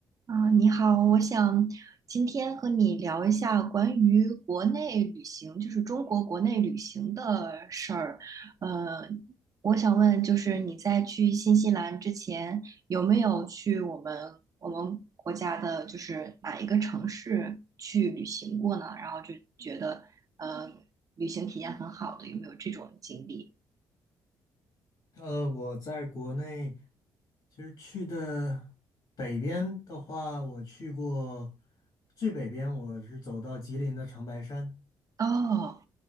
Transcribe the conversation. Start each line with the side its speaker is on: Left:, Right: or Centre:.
Right: 啊，你好，我想今天和你聊一下关于国内旅行，就是中国国内旅行的事儿。呃，我想问，就是你在去新西兰之前，有没有去我们我们国家的，就是哪一个城市去旅行过呢？然后就觉得，呃，旅行体验很好的，有没有这种经历？
Left: 呃，我在国内其实去的北边的话，我去过最北边，我是走到吉林的长白山。
Right: 哦，